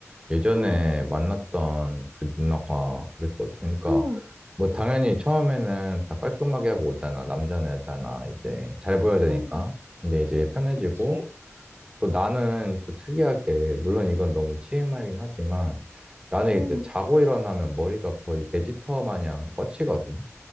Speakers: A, on the right; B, on the right.
A: 예전에
B: 응,
A: 만났던 그 누나가 그랬거든. 그러니까
B: 응,
A: 뭐 당연히 처음에는 다 깔끔하게 하고 오잖아. 남자나 여자나 이제 잘 보여야 되니까.
B: 응,
A: 근데 이제 편해지고
B: 그치?
A: 또 나는 또 특이하게 물론 이건 너무 TMI이긴 하지만 나는
B: 응,
A: 이제 자고 일어나면 머리가 거의 베지터 마냥 뻗치거든.